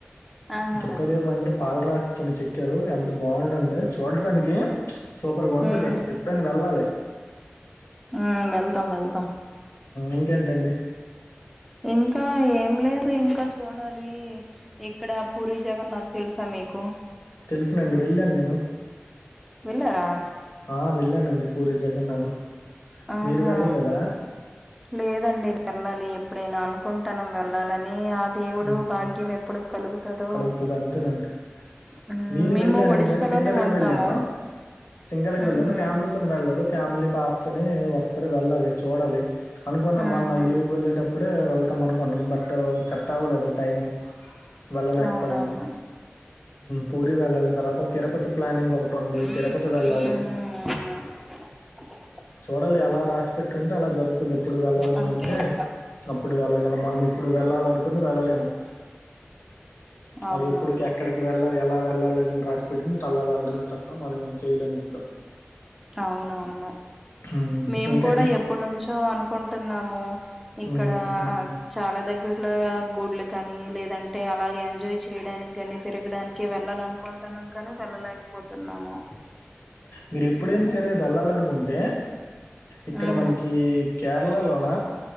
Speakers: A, in the centre; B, on the left.
A: ఆహా
B: దుర్గాదేవి మందిర్ పాలరాకుతోని చెక్కారు ఎంత బాగుడుంది చూడటానికి సూపర్ గా
A: ఉమ్
B: ఉంటది ఎప్పుడైనా వెళ్ళాలి
A: ఉమ్ వెళ్తాం వెళ్తాం
B: ఇంకేంటండి
A: ఇంకా ఏం లేదు ఇంకా చూడాలి ఇక్కడ పూరి జగన్నాథ్ తెలుసా మీకు
B: తెలిసునండి వెళ్ళాను నేను
A: వెళ్ళారా
B: ఆ వెళ్ళనండి పూరి జగన్నాథం
A: ఆహా
B: మీరు వెళ్ళలేదా
A: లేదండి వెళ్ళాలి ఎప్పుడైనా అనుకుంటాన్నాం వెళ్ళాలని ఆ దేవుడు
B: ఉమ్,
A: భాగ్యం ఎప్పుడు కలుగుతదో
B: కలుగుతుంది అంతేనండి
A: ఉమ్
B: నేను
A: మేము
B: వెళ్ళాను
A: ఒడిస్సాలోనే
B: ఏంటంటే సింగల్కి
A: ఉంటాము
B: వెళ్ళాను సింగల్కి వెళ్ళాను
A: ఉహు
B: ఫ్యామిలీ వెళ్ళలేదు ఫ్యామిలీ పాపతోని ఒకసారి వెళ్ళాలి చూడాలి. అనుకున్నాం
A: ఉహు
B: మొన్న లీవ్కి వెళ్ళేటప్పుడే వెళ్తాం అనుకున్నాం బట్ సెట్ అవ్వలేదు టైము వెళ్ళలేకపోయాము
A: అవునవును
B: పూరి వెళ్ళాల తర్వాత తిరుపతి ప్లానింగ్
A: ఆ
B: ఉంది తిరుపతి వెళ్ళాలి చూడాలి ఎలా రాసి పెట్టి ఉంటే అలా జరుగుతుంది ఎప్పుడు వెళ్ళాలని
A: అంతే
B: ఉంటే
A: ఇంకా
B: అప్పుడు వెళ్ళగలం మనం ఇప్పుడు వెళ్ళాలినుకుని వెళ్ళలేము
A: అవునవును
B: అది ఎప్పటికి ఎక్కడికి వెళ్ళాలి ఎలా వెళ్ళాలి అని రాసి పెట్టుంటే అలా వెళ్ళడమే తప్ప మనం ఏం చేయలేము ఇప్పుడు
A: అవునవును
B: ఉమ్,
A: మేము
B: ఇంకండి
A: కూడా ఎప్పటి నుంచో అనుకుంటున్నాము ఇక్కడా
B: ఉమ్, ఉమ్.
A: చాలా దగ్గరలో గుడుల కానీ లేదంటే అలా ఎంజాయ్ చేయడానికి కాని తిరగడానికి వెళ్ళాలను కొంటన్నాం కాని వెళ్ళలేకపోతున్నాము
B: మీరు ఎప్పుడైనా సరే
A: ఉమ్
B: వెళ్ళాలనుకుంటే ఇక్కడ
A: ఉమ్
B: మనకి కేరళలోన